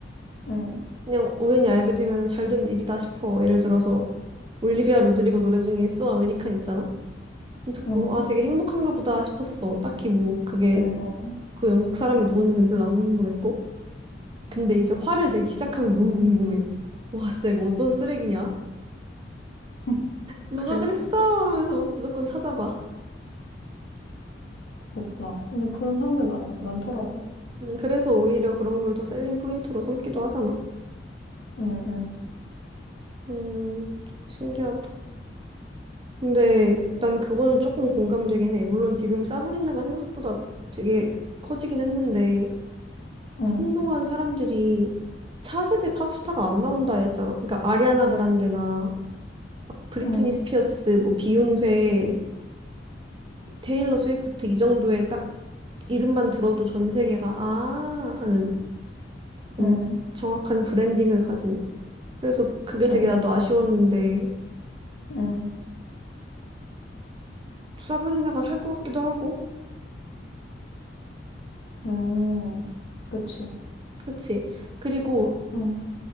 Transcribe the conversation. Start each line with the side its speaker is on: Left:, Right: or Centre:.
Left: 응,
Right: 그냥 우연히 알게 되면 잘된 일이다 싶어. 예를 들어서 올리비아 로드리고 노래 중에 So American 있잖아? 듣고
Left: 응,
Right: 아 되게 행복한가 보다 싶었어. 딱히 뭐 그게
Left: 응, 응.
Right: 그 영국 사람이 누군지는 별로 안 궁금했고. 근데 이제 화를 내기 시작하면 너무 궁금해. 와 진짜 이거 어떤 쓰레기냐?
Left: 응. <laughs>
Right: 누가
Left: 그래,
Right: 그랬어? 하면서 막 무조건 찾아봐.
Left: 그렇구나. 근데 그런 사람들 많, 많더라고.
Right: 음, 그래서 오히려 그런 걸 더 셀링 포인트로 삼기도 하잖아.
Left: 응, 응,
Right: 음, 신기하다. 근데 난 그거는 조금 공감되긴 해. 물론 지금 사브리나가 생각보다 되게 커지긴 했는데
Left: 응,
Right: 한동안 사람들이 차세대 팝스타가 안 나온다 했잖아. 그러니까 아리아나 그란데나 막 브리트니
Left: 응,
Right: 스피어스, 뭐 비욘세, 테일러 스위프트 이 정도의 딱 이름만 들어도 전 세계가 아 하는 엄-
Left: 응,
Right: 정확한 브랜딩을 가진. 그래서 그게
Left: 응,
Right: 되게
Left: 응,
Right: 나도 아쉬웠는데
Left: 응,
Right: 사브리나가 할 것 같기도 하고.
Left: 응. 그치.
Right: 그치? 그리고
Left: 응,